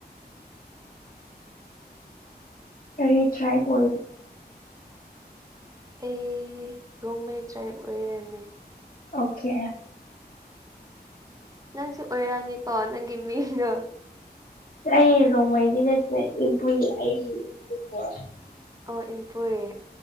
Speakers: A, on the left (about 55°); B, on the right (about 20°).
A: ꯀꯔꯤ ꯇ꯭ꯔꯥꯏ꯭ꯔꯥ
B: ꯑꯩ ꯔꯣꯡꯃꯩ ꯇ꯭ꯔꯥꯏꯕ ꯑꯣꯏꯔꯝꯃꯦ
A: ꯑꯣꯀꯦ
B: ꯅꯪꯁꯨ ꯑꯣꯏꯔꯝꯅꯤꯀꯣ ꯅꯪꯒꯤ ꯃꯤꯡꯗꯣ
A: ꯑꯩ ꯔꯣꯡꯃꯩꯗꯤ ꯅꯠꯇꯦ ꯏꯟꯄꯨꯏ ꯑꯩ ꯏꯝꯄꯨꯏꯅꯦ
B: ꯑꯣ ꯏꯟꯄꯨꯏ